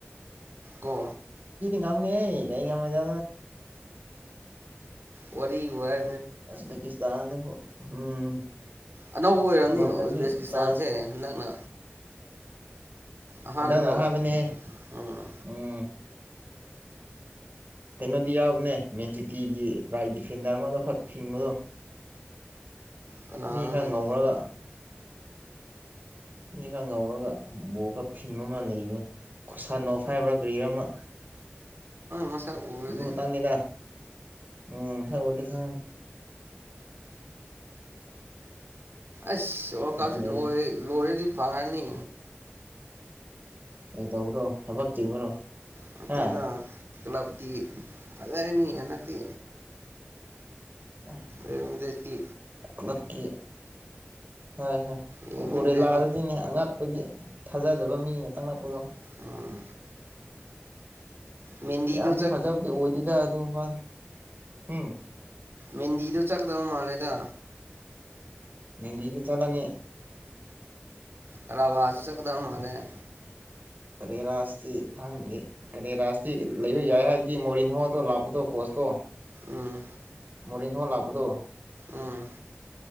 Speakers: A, on the right (about 60°); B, on the right (about 45°).
A: ꯀꯣ
B: ꯀꯝꯅꯤ ꯀꯩ ꯉꯝꯗ
A: ꯑꯣꯔꯤꯕ
B: ꯎꯁꯕꯀꯤꯇꯥꯟꯕꯨ ꯎꯝ
A: ꯑꯅꯧꯕ ꯑꯣꯏꯔꯝꯅꯤ
B: ꯉꯝꯗ꯭ꯔꯗꯤ
A: ꯎꯖꯕꯦꯀꯤꯁꯇꯥꯟꯁꯦ
B: ꯆꯥꯟꯁ
A: ꯍꯟꯗꯛꯅ ꯑꯍꯥꯟꯕꯔꯣ
B: ꯍꯟꯗꯛꯅ ꯑꯍꯟꯕꯅꯦ
A: ꯎꯝ
B: ꯎꯝ ꯀꯩꯅꯣꯗꯤ ꯌꯥꯎꯕꯅꯦ ꯃꯦꯟꯖꯤꯇꯤꯒꯤ ꯔꯥꯏꯠ ꯗꯤꯐꯦꯟꯗꯔ ꯑꯃꯗ ꯈꯛ ꯊꯤꯡꯕꯗꯣ
A: ꯀꯅꯥꯅꯣꯅꯦ
B: ꯃꯤ ꯈꯔ ꯉꯧꯔꯒ ꯃꯤꯈꯛ ꯉꯧꯔꯒ ꯕꯣꯔ ꯈꯔ ꯐꯤꯡꯕ ꯑꯃ ꯂꯩꯕꯅꯤ ꯈꯨꯁꯟꯅꯣ ꯐ ꯍꯥꯏꯕ꯭ꯔꯥ ꯀꯔꯤꯔ ꯑꯃ
A: ꯃꯁꯗꯤ
B: ꯑꯗꯨ ꯈꯛꯇꯪꯅꯤꯗ ꯎꯝ ꯁꯒꯜꯂꯤ ꯈꯅꯤ
A: ꯑꯁ ꯑꯣ
B: ꯈꯪꯗꯦꯗ
A: ꯀꯜꯁꯤ ꯂꯣꯏꯦ ꯂꯣꯏꯔꯦꯗꯤ ꯄꯅꯤ
B: ꯑꯦ ꯇꯧꯕ꯭ꯔꯣ ꯊꯕꯛ ꯆꯤꯟꯕ꯭ꯔꯣ
A: ꯅꯇ‌ꯦꯗ
B: ꯍꯥ
A: ꯀꯂꯞ ꯀ ꯐꯖꯅꯤ ꯍꯠꯇ
B: ꯑꯥ
A: ꯑꯦꯝ ꯇꯇꯤ
B: ꯀꯂꯞꯀꯤ ꯍꯣꯏ ꯍꯣꯏ
A: ꯌꯦꯡꯅꯤꯡꯈ꯭ꯔꯦꯕ
B: ꯀꯣꯀꯣꯔꯦꯂꯥꯗꯗꯤꯅꯦ ꯑꯉꯛꯄꯗꯤ ꯊꯥꯖꯗꯕ ꯃꯤꯅ ꯇꯪꯂꯛꯄꯗꯣ
A: ꯎꯝ ꯃꯦꯟꯗꯤꯗꯣ
B: ꯌꯥꯝꯗꯤ
A: ꯆꯠ
B: ꯐꯖꯕꯗꯤ ꯑꯣꯏꯗꯗ ꯑꯗꯨꯝ ꯋꯥꯠ ꯎꯝ
A: ꯃꯦꯗꯤꯗ ꯆꯠꯀꯗꯥꯕ ꯃꯥꯂꯦꯗ
B: ꯅꯗꯤꯗꯤ ꯆꯂꯅꯤ
A: ꯔꯕ ꯇ ꯆꯗ ꯃꯥꯅꯦ
B: ꯀꯔꯤꯔꯥ ꯁꯤ ꯈꯪꯗ꯭ꯔ‌ꯦ ꯀꯔꯤ ꯔꯥꯥꯁꯒꯤ ꯂꯩꯕ ꯌꯥꯏ ꯍꯥꯏꯕꯗꯤ ꯃꯣꯔꯤꯟꯍꯣꯗꯣ ꯂꯥꯛꯄꯗꯣ ꯀꯣꯁꯇꯣ
A: ꯎꯝ
B: ꯃꯣꯔꯟ ꯍꯣ ꯂꯥꯛꯄꯗꯣ
A: ꯎꯝ